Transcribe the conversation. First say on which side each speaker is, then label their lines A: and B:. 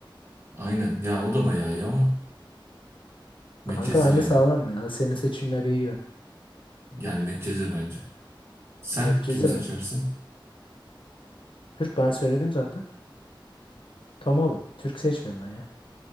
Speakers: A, on the right; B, on the left.
A: Aynen. Ya o da bayağı iyi ama Medcezir
B: Kanka bence
A: ya.
B: sağlam ya. Senin seçimleri iyi gibi.
A: Yani Medcezir bence. Sen
B: Medcezir
A: kimi seçersin?
B: mi? Türk ben söyledim zaten. Tam oğlum. Türk seçmiyorum ben ya.